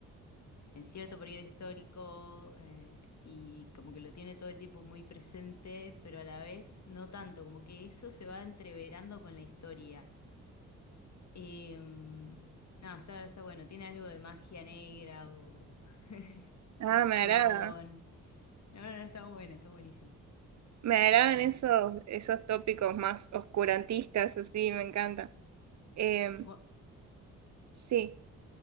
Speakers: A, on the left (about 50°); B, on the right (about 50°).
A: en cierto periodo histórico eh, y como que lo tiene todo el tiempo muy presente, pero a la vez no tanto, como que eso se va entreverando con la historia. Y, mm, no, está, está bueno. Tiene algo de magia negra o <laughs>
B: Ah,
A: religión.
B: me agrada.
A: No, no, no, está bueno, está buenísimo.
B: Me agradan
A: Ese te...
B: esos, esos tópicos más oscurantistas, así, me encanta. Em,
A: Bu-
B: sí,